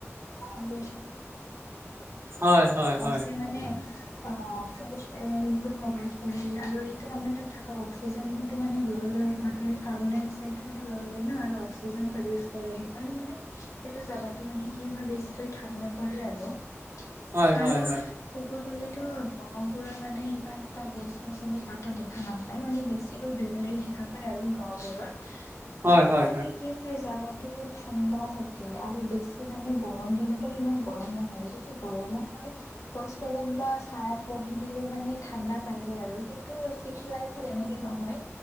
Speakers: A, on the left (about 75°); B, on the right (about 50°).
A: আৰু
B: হয় হয় হয়
A: <unintelligible> <unintelligible> <unintelligible> কাৰ্বন ডাই অক্সাইড টো মানে লৈ লয় ন আৰু অক্সিজেন প্ৰডিউচ কৰা স মানে সেইটো জাগাটো মানে কি হয় বেছিকৈ ঠাণ্ডা পৰে আৰু।
B: হয়
A: আৰু
B: হয়
A: ক'ব গ'লেতো ব্ৰহবোৰৰ মানে ইমান এটা গছ গছনি কাটা দেখা নাপায় মানে বেছিকৈ গ্ৰীনোৰী দেখা পায় আৰু গাওঁবোৰত।
B: হয়
A: তাতে
B: হয় হয়
A: মানে কি হয় জানা ঠাণ্ডা থাকে আৰু বেছি মানে গৰম দিনতো ইমান গৰম নহয় যদি গৰমত গছ তলত বা চাত বহি দিলে মানে ঠাণ্ডা পাই যায় আৰু কিন্তু চি <unintelligible> এনেকে নহয়